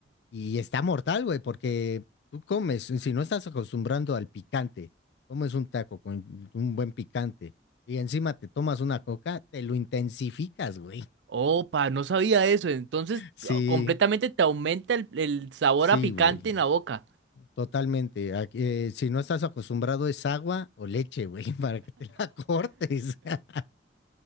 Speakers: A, on the left; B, on the right.
A: Y está mortal, güey, porque tú comes, si no estás acostumbrando al picante, comes un taco con un buen picante y encima te tomas una coca, te lo intensificas, güey.
B: Opa, no sabía eso. Entonces,
A: Sí.
B: completamente te aumenta el, el sabor
A: Sí,
B: a picante
A: güey,
B: en la boca.
A: totalmente. Aquí, eh, si no estás acostumbrado es agua o leche, güey, <laughs> para que te la cortes. <laughs>